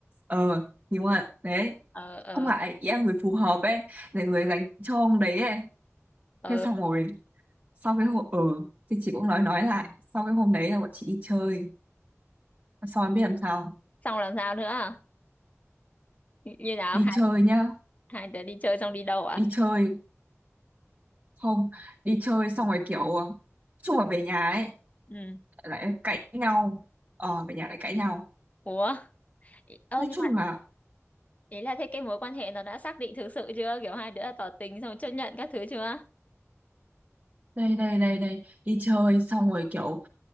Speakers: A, on the right (about 30°); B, on the left (about 30°).
A: ờ, dì One đấy
B: ờ ờ
A: không phải ý là người phù hợp ấy là người dành cho ông đấy ấy
B: ờ
A: thế xong rồi sau cái hôm ở ừ, thì chị cũng nói nói lại sau cái hôm đấy là bọn chị đi chơi sau em biết làm sao
B: xong làm sao nữa à? như như nào
A: đi
B: hai
A: chơi nhá
B: hai đứa đi chơi xong đi đâu à
A: đi chơi không đi chơi xong rồi kiểu nói chung là về nhà ấy
B: ừ
A: lại cãi nhau ờ về nhà lại cãi nhau
B: ủa ý- ơ
A: nói
B: nhưng
A: chung
B: mà
A: là
B: ý là thế cái mối quan hệ nó đã xác định thực sự chưa kiểu hai đứa đã tỏ tình xong chấp nhận các thứ chưa
A: đây đây đây đây đi chơi xong rồi kiểu